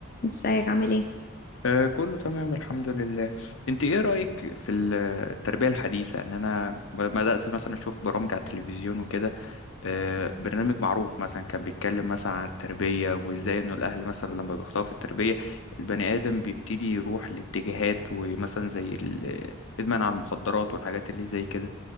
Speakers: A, on the left (about 40°); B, on the left (about 75°).
A: ازيك عامل ايه
B: آه، كله تمام الحمد لله انت ايه رأيك في ال- التربية الحديثة ان انا ب- بدأت مثلا اشوف برامج على التلفزيون وكده آه، برنامج معروف مثلا كان بيتكلم مثلا عن التربية وازاي انه الاهل مثلا لما بيخطئوا في التربية البني ادم بيبتدي يروح لاتجاهات ومثلا زي ال- الادمان على المخدرات والحاجات اللي زي كده